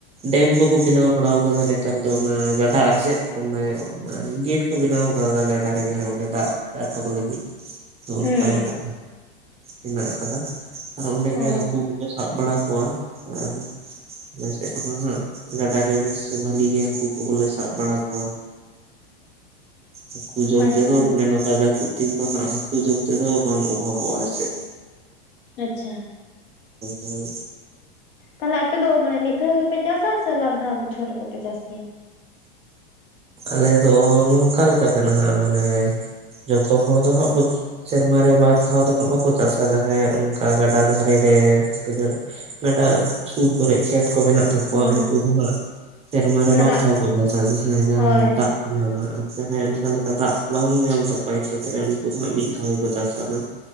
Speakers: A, on the right; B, on the left.
A: ᱰᱮᱢ ᱠᱚ ᱠᱚ ᱵᱮᱱᱟᱣ ᱵᱟᱲᱟ ᱟᱠᱟᱫᱟ ᱱᱮᱛᱟᱨ ᱫᱚ ᱚᱱᱟ ᱜᱟᱰᱟ ᱟᱨ ᱪᱮᱫ ᱚᱱᱮ ᱟᱨ ᱜᱮᱴ ᱠᱚ ᱵᱮᱱᱟᱣ ᱠᱟᱫᱟ ᱜᱟᱰᱟ ᱨᱮᱜᱮ ᱚᱸᱰᱮ ᱫᱟᱜ ᱟᱴᱚᱠ ᱞᱟᱹᱜᱤᱫ ᱚᱱᱠᱟ
B: ᱦᱮᱸ
A: ᱞᱮᱠᱟ ᱦᱮᱱᱟᱠ ᱟᱠᱟᱫᱟ ᱟᱨ ᱚᱱᱰᱮ
B: ᱚ
A: ᱜᱮ ᱦᱟᱹᱠᱩ ᱠᱚᱠᱚ ᱥᱟᱵ ᱵᱟᱲᱟ ᱚ ᱦ <unintelligible> ᱟᱞᱮ ᱥᱮᱫ ᱦᱚᱸ ᱦᱟᱸᱜ ᱜᱟᱰᱟ ᱨᱮ <inaudible> ᱵᱷᱟᱹᱞᱤ ᱜᱮ ᱦᱟᱹᱠᱩ ᱠᱚᱞᱮ ᱥᱟᱵ ᱵᱟᱲᱟ ᱠᱚᱣᱟ ᱦᱟᱹᱠᱩ ᱡᱚᱢ
B: ᱟᱪᱪᱷᱟ
A: ᱛᱮᱫᱚ ᱢᱟᱱᱮ ᱱᱚᱝᱠᱟ ᱡᱟᱯᱩᱫ ᱫᱤᱱ ᱫᱚ ᱦᱟᱜ ᱦᱟᱹᱠᱩ ᱡᱚᱢ ᱛᱮ ᱫᱚ ᱵᱟᱝ ᱚᱵᱷᱟᱵᱽᱵᱚᱜ-ᱟ ᱪᱮ
B: ᱟᱪᱪᱷᱟ
A: ᱦᱳᱭ
B: ᱛᱟᱞᱦᱮ ᱟᱯᱮ ᱫᱚ ᱢᱟᱱᱮ ᱢᱤᱫ ᱫᱷᱟᱣ ᱜᱮᱯᱮ ᱪᱟᱥᱟ ᱥᱮ ᱵᱟᱨ ᱫᱷᱟᱣ ᱵᱚᱪᱷᱚᱨ ᱨᱮᱫᱚᱯᱮ ᱪᱟᱥ ᱜᱮᱭᱟ
A: ᱟᱞᱮ ᱫᱚ ᱱᱚᱝᱠᱟ ᱞᱮᱠᱟ ᱛᱮ ᱱᱟᱦᱟᱜ ᱢᱟᱱᱮ ᱡᱚᱛᱚ ᱦᱚᱲ ᱫᱚᱦᱟᱸᱜ <inaudible> ᱥᱮᱨᱢᱟᱨᱮ ᱵᱟᱨ ᱫᱷᱟᱣ ᱫᱚᱦᱟᱸᱜ ᱵᱟᱠᱚ ᱪᱟᱥᱟ ᱡᱟᱦᱟᱸᱭᱟᱜ ᱚᱱᱠᱟ ᱜᱟᱰᱟ ᱫᱷᱟᱨᱮ ᱨᱮ ᱦᱮᱸ ᱛᱤᱱᱟ. ᱜ ᱜᱟᱰᱟ ᱥᱩᱨ ᱠᱚᱨᱮ ᱠᱷᱮᱛ ᱠᱚ ᱢᱮᱱᱟᱜ ᱛᱟᱠᱚᱣᱟ
B: ᱦᱳᱭ
A: ᱩᱱᱠᱩ ᱫᱚ ᱦᱟᱸᱜ ᱥᱮᱨᱢᱟ ᱨᱮ
B: ᱢᱟᱱᱮ
A: ᱵᱟᱨ
B: ᱫᱟᱜ
A: ᱫᱷᱟᱣ ᱠᱚ ᱪᱟᱥᱟ ᱡᱟᱦᱟᱸᱭ
B: ᱦᱳᱭ
A: ᱫᱟᱜ ᱠᱚ ᱡᱟᱦᱟᱸᱭ ᱚᱱᱠᱟ ᱞᱮᱠᱟ ᱫᱟᱜ ᱵᱟᱝ ᱧᱟᱢ ᱛᱟᱠᱚ ᱟᱭ ᱠᱷᱮᱛᱨᱮ ᱩᱱᱠᱩ ᱫᱚ ᱦᱟᱜ ᱢᱤᱫ ᱫᱷᱟᱣ ᱜᱮᱠᱚ ᱪᱟᱥᱟᱜ ᱢᱟ